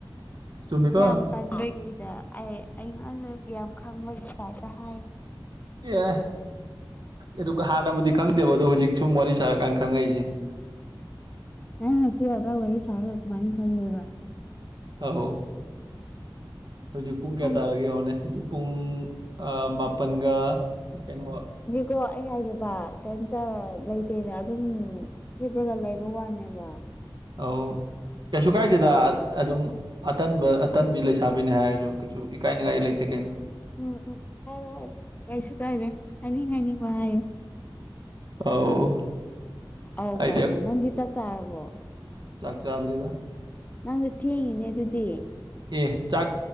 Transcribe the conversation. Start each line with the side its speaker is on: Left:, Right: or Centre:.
Right: ꯆꯨꯝꯃꯤꯀꯣ
Left: ꯌꯥꯝ ꯇꯟꯕꯒꯤꯗ ꯑꯩ ꯑꯩꯉꯣꯟꯗꯒꯤ ꯌꯥꯝ ꯈꯪꯕꯒꯤ ꯇꯥꯏꯞꯇ ꯍꯥꯏ
Right: ꯑꯦ ꯑꯗꯨꯒ ꯍꯥꯟꯅꯕꯨꯗꯤ ꯈꯪꯗꯦꯕ ꯑꯗꯣ ꯍꯨꯖꯤꯛ ꯁꯨꯝ ꯋꯥꯔꯤ ꯁꯥꯔꯀꯥꯟꯗ ꯈꯪꯉꯛꯏꯁꯤꯅꯤ
Left: ꯅꯪ ꯉꯁꯤ ꯈꯗꯥ ꯋꯥꯔꯤ ꯁꯥꯔꯒ ꯀꯃꯥꯏꯅ ꯈꯪꯗ‌ꯣꯏꯕ
Right: ꯑꯧ ꯍꯧꯖꯤꯛ ꯄꯨꯡ ꯀꯌꯥ
Left: ꯅꯪ
Right: ꯇꯥꯔꯒꯦ ꯌꯦꯡꯉꯣꯅꯦ ꯍꯧꯖꯤꯛ ꯄꯨꯡ ꯑꯥ ꯃꯥꯄꯟꯒ ꯀꯩꯅꯣ
Left: ꯀꯣ ꯑꯩ ꯍꯥꯏꯒꯦꯕ ꯀꯩꯝꯇ ꯂꯩꯇꯦꯅ ꯑꯗꯨꯝ ꯍꯤꯞꯄꯒ ꯂꯩꯕ ꯋꯥꯅꯦꯕ <inaudible>
Right: ꯑꯥꯎ ꯀꯩꯁꯨ ꯀꯥꯏꯗꯦꯗꯥ
Left: ꯑꯗꯨ
Right: ꯑꯗꯨꯝ ꯑꯇꯟꯕ ꯑꯇꯟꯕꯤ ꯂꯩꯁꯥꯕꯤꯅꯤ ꯍꯥꯏꯔꯖꯨ ꯀꯩꯁꯨ ꯏꯀꯥꯏꯅꯤꯡꯉꯥꯏ ꯂꯩꯇꯦ ꯀꯩꯅꯣ
Left: ꯎꯝ ꯎꯝ ꯍꯣꯏ ꯍꯣꯏ ꯀꯩꯁꯨ ꯀꯥꯏꯗꯦ ꯍꯥꯏꯅꯤꯡ ꯍꯥꯏꯅꯤꯡꯕ ꯍꯥꯏꯌꯨ
Right: ꯑꯧ
Left: ꯑꯧ
Right: ꯑꯩꯗꯤ
Left: ꯀꯥꯏꯅ ꯅꯪꯗꯤ ꯆꯥꯛ ꯆꯥꯔꯕꯣ
Right: ꯆꯥꯛ ꯆꯥꯥꯗ꯭ꯔꯤꯗ
Left: ꯅꯪꯖꯨ ꯊꯦꯡꯉꯤꯅꯦ ꯑꯗꯨꯗꯤ
Right: ꯑꯦ ꯆꯥꯛ